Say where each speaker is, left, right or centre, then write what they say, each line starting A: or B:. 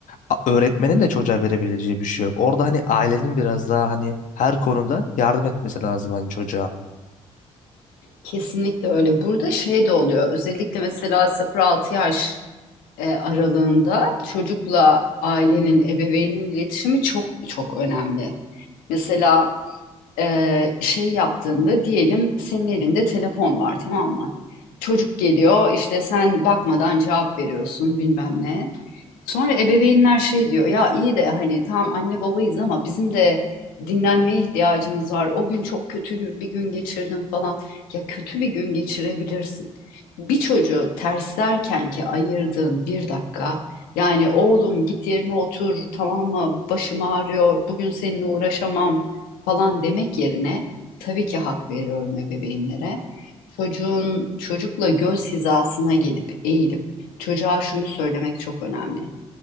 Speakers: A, on the left; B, on the left.
A: a- öğretmenin de çocuğa verebileceği bir şey yok. Orada hani ailenin biraz daha hani her konuda yardım etmesi lazım hani çocuğa.
B: Kesinlikle öyle. Burada şey de oluyor. Özellikle mesela 0-6 yaş e, aralığında çocukla ailenin, ebeveynin iletişimi çok çok önemli. Mesela e, şey yaptığında diyelim senin elinde telefon var tamam mı? Çocuk geliyor işte sen bakmadan cevap veriyorsun bilmem ne. Sonra ebeveynler şey diyor ya iyi de hani tamam anne babayız ama bizim de dinlenmeye ihtiyacımız var. O gün çok kötü gü- bir gün geçirdim falan. Ya kötü bir gün geçirebilirsin. Bir çocuğu terslerken ki ayırdığın bir dakika yani oğlum git yerine otur tamam mı başım ağrıyor bugün seninle uğraşamam falan demek yerine tabii ki hak veriyorum ebeveynlere. Çocuğun çocukla göz hizasına gelip eğilip çocuğa şunu söylemek çok önemli.